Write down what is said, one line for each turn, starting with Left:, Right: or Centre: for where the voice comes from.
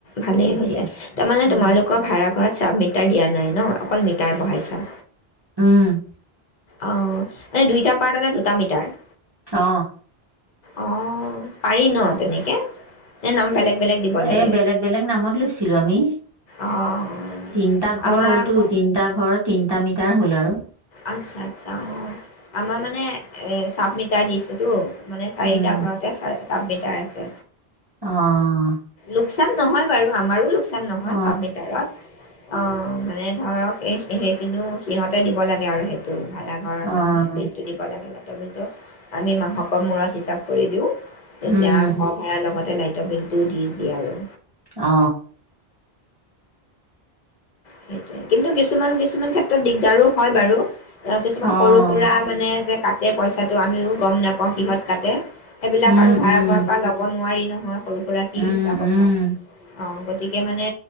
Left: ভালেই
Right: এতিয়া
Left: হৈছে তাৰমানে
Right: উম
Left: তোমালোকৰ ভাড়া ঘৰত চাব মিটাৰ দিয়া নাই ন অকল মিটাৰ বহাই চা
Right: উম
Left: অ মানে দুইটা পাৰ্টতে দুটা মিটাৰ
Right: অ
Left: অ পাৰি ন তেনেকে ন নাম বেলেগ বেলেগ দিব লাগে
Right: এ বেলেগ বেলেগ নামত লৈছিলো আমি
Left: অঁ
Right: তিনটা ঘৰ
Left: আমাৰ
Right: হ'লতো
Left: আকৌ
Right: তিনটা ঘৰ তিন তাৰ মিতাৰ হ'ল আৰু
Left: আচ্ছা আচ্ছা অ আমাৰ মানে এ চাবমিটাৰ দিছে টো মানে চাৰিটা
Right: উম
Left: ঘৰতে চ চাবমিটাৰ আছে
Right: অ
Left: লোকচান নহয় বাৰু আমাৰো চান নহয়
Right: অ',
Left: চাপ মিতাৰত অ মানে ধৰক সেইখিনিও সিহতে দিব লাগে পিয়াৰ সেইটো ভাড়া ঘৰ
Right: অ',
Left: মানুহে বিলটো দিব লাগে অলপ আমি মাহকৰ মূৰত হিচাপ কৰি দিওঁ তেতিয়া
Right: উম,
Left: ঘৰ ভাড়া লগতে লাই লাইতৰ বিলাটো দি দিয়ে আৰু
Right: অ
Left: সেইটয়ে কিন্তু কিছুমান কিছুমান ক্ষেত্ৰত দিগদাৰো হয় বাৰু অ কিছুমান
Right: অ',
Left: সৰু সুৰা মানে যে কাটে পইচাটো আমিও গম নাপাওঁ কিহত কাটে সেইবিলাক
Right: উম,
Left: আৰু ভাড়া
Right: উম,
Left: ঘৰৰ পৰা লব নোৱাৰি নহয় কলো <unintelligible> গৰাকী
Right: উম,
Left: হিচাপত
Right: উম,
Left: ল'ও অঁ গতিকে মানে